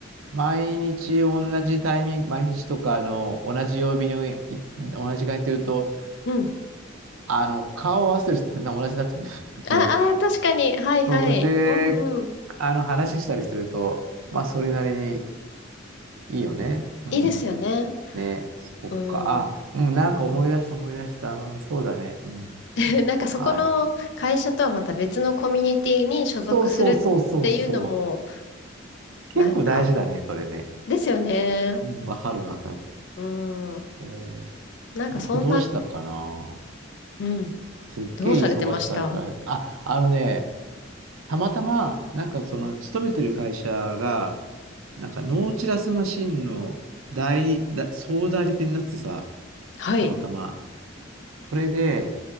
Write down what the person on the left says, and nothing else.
うん。
ああ、
確かに。はいはい。
うんうん。
いいですよね。
うん。
<laughs> なんかそこの会社とはまた別のコミュニティに所属するっていうのも、
なんか、
ですよね。
うん。
なんかそんな、
うん。
どうされてました
はい。